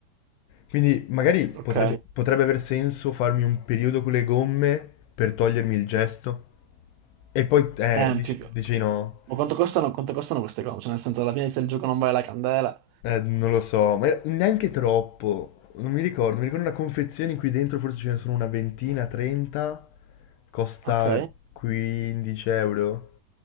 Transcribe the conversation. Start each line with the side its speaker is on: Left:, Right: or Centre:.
Left: Quindi magari potrebbe,
Right: Ok.
Left: potrebbe aver senso farmi un periodo con le gomme per togliermi il gesto. E poi, eh,
Right: Eh,
Left: dici,
Right: più che.
Left: dici no.
Right: Ma quanto costano, quanto costano queste cose? Cioè, nel senso, alla fine se il gioco non vale la candela.
Left: Eh, non lo so, ma era- neanche troppo. Non mi ricordo, mi ricordo una confezione in cui dentro forse ce ne sono una ventina, 30. Costa
Right: Ok.
Left: 15 euro.